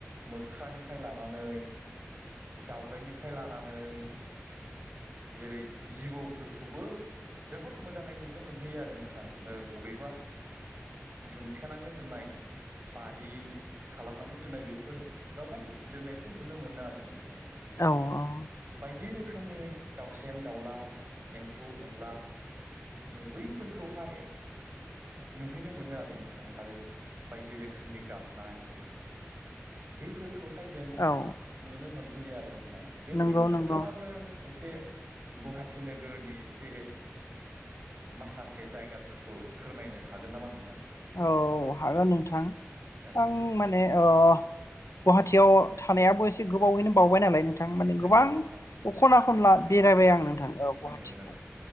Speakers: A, on the right (about 40°); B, on the left (about 80°).
A: मोख्रानिफ्राय लानानै दाउरायनिफ्राय लानानै जेरै जिबौफोरखौबो जोबोद मोजाङै नुनो मोनहैयो आरो नोंथां बबेबा दुमथेनानै दोननाय बारि खालामनानै दोननाय बेफोरावहाय दोननायखौ नुनो मोनो आरो नोंथां
B: औ औ
A: बायदि रोखोमनि दाउसेन दाउला एम्फौ एनला नै बैफोरखौहाय नुहैनो मोनो आरो नोंथां आरो बायदि रोखोमनि गाब नाय बेफोरखौहाय जों
B: औ
A: नुनो मोनफैयो आरो नोंथां बेबायदिनो
B: नंगौ
A: नोंथाङाबो
B: नंगौ
A: एसे गुवाहाटि नोगोरनि एसे माखासे जायगाफोरखौ फोरमायनो हागोन नामा नोंथां?
B: औ हागोन नोंथां
A: औ
B: आं माने ओ गुवाहाटियाव थानायाबो एसे गोबावैनो बावबाय नालाय नोंथां माने
A: नंगौ
B: गोबां
A: नोंथां नंगौ
B: ख'ना-खनला बेरायबाय आं नोंथां ओ गुवाहाटिआव
A: नंगौ नंगौ